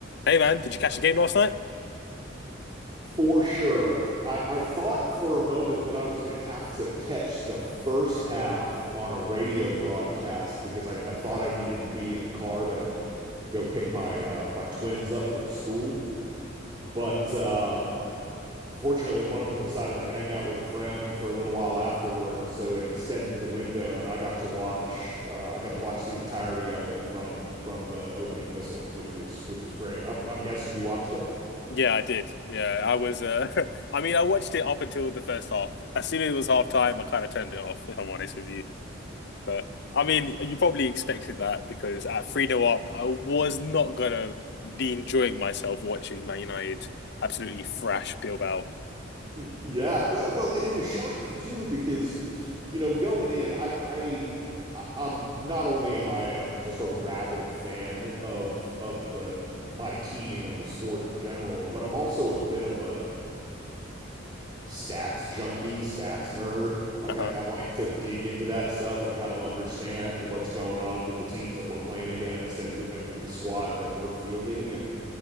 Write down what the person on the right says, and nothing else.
For sure. I, I thought for a moment that I was going to have to catch the first half on a radio broadcast because I, I thought I needed to be in the car to go pick my uh, my twins up from school. But uh, fortunately, one of them decided to hang out with a friend for a little while afterwards, so it extended the window, and I got to watch uh, I got to watch the entirety of it from from the opening whistle, which was which was great. I'm, I'm guessing you watched it.
Y- Yeah, well, well, and it was shocking too because, you know, going in, I, I, I- I'm not only am I a just a rabid fan of of the my team and the sport in general, but I'm also a bit of a stats junkie, stats nerd. Like
I, I like to dig into that stuff and kind of understand what's going on with the teams that we're playing against and w and with the squad that we're fielding. And